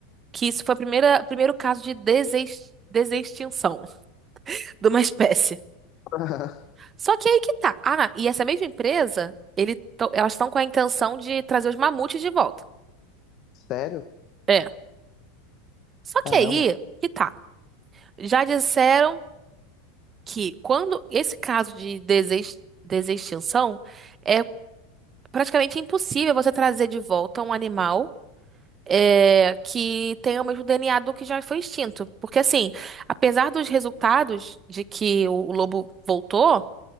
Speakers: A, on the right (about 30°); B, on the left (about 45°).
A: que isso foi o primeiro caso de desex- desextinção. de uma espécie.
B: <laughs>
A: Só que aí que tá. Ah, e essa mesma empresa, ele, tão- elas estão com a intenção de trazer os mamutes de volta.
B: Sério?
A: É. Só que
B: Caramba.
A: aí que tá. Já disseram que quando esse caso de desex- desextinção é praticamente impossível você trazer de volta um animal é, que tenha o mesmo DNA do que já foi extinto. Porque assim, apesar dos resultados de que o o lobo voltou,